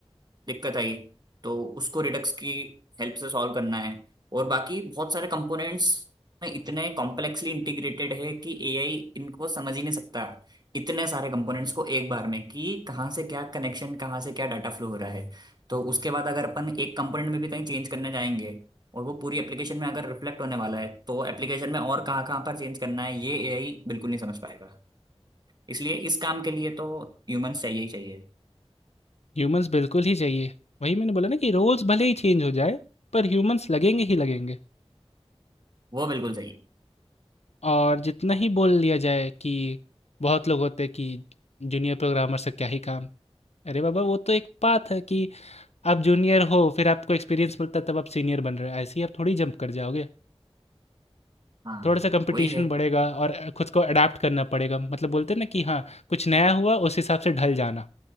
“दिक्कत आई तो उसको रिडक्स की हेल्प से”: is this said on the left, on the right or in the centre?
Right